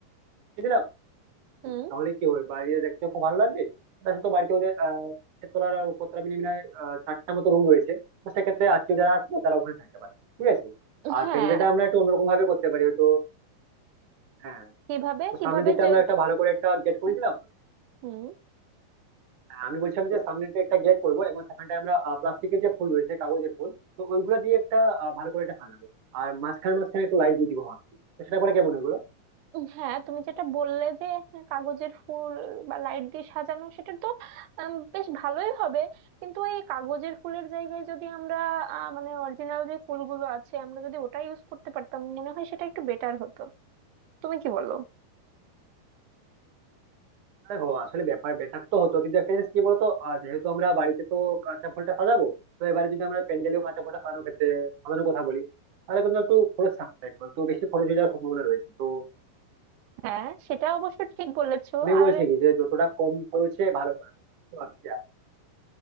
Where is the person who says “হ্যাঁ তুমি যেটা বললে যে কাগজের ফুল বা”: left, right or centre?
Right